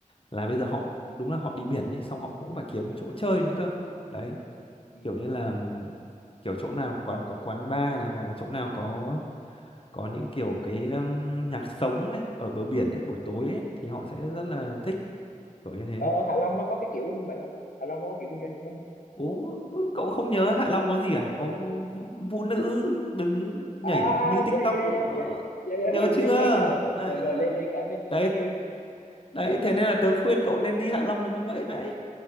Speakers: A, on the left (about 40°); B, on the left (about 90°).
A: là bây giờ họ đúng là họ đi biển ấy xong họ cũng phải kiếm chỗ chơi nữa cơ đấy
B: ừ.
A: kiểu như là ừm, kiểu chỗ nào quán có quán bar này hoặc là chỗ nào có có những kiểu cái um, nhạc sống này ở bờ biển ấy buổi tối ấy thì họ sẽ rất là thích kiểu như thế.
B: ờ, ờ, Hạ Long nó có cái kiểu như vậy không Hạ Long nó có kiểu kinh doanh như thế không
A: Ố cậu không nhớ Hạ Long có gì à? Có vũ, vũ, vũ nữ đứng nhảy
B: à à,
A: như
B: à,
A: TikTok
B: yeah yeah yeah
A: ờ,
B: yeah yeah yeah,
A: nhớ
B: <laughs>
A: chưa?
B: lên lên cả
A: Đấy
B: rồi
A: ờ,
B: rồi lên lên cả VTV
A: đấy đấy thế nên là tớ khuyên cậu nên đi Hạ Long là như vậy đấy.